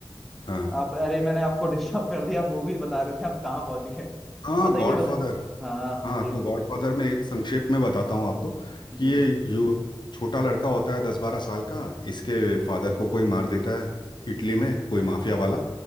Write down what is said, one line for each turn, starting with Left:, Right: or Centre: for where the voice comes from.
Left: हाँ
Centre: आप अरे मैंने आपको डिस्टर्ब कर दिया आप मूवी बता रहे थे हम कहाँ पहुंच गए
Left: हाँ
Centre: बताइए
Left: गॉडफादर
Centre: बताइए हाँ हाँ
Left: हाँ
Centre: जी
Left: तो
Centre: जी
Left: गॉडफादर में एक संक्षेप में बताता हूँ आपको कि
Centre: जी
Left: ये
Centre: जी
Left: जो छोटा लड़का होता है दस बारह साल का इसके फादर को कोई मार देता है इटली
Centre: जी
Left: में कोई माफिया वाला